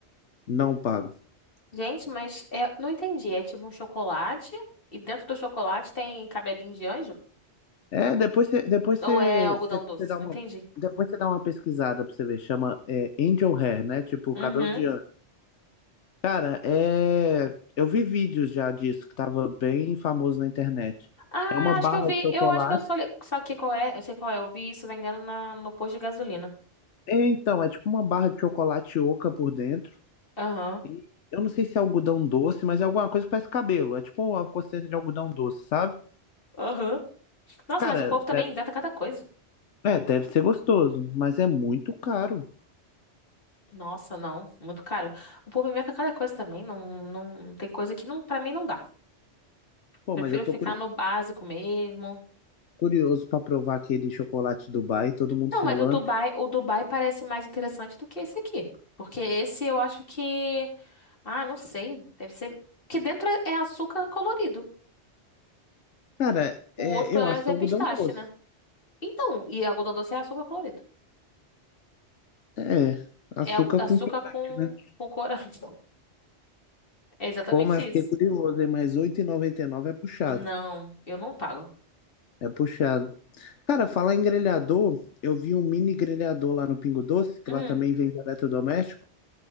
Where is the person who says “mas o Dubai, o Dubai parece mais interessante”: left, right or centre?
Left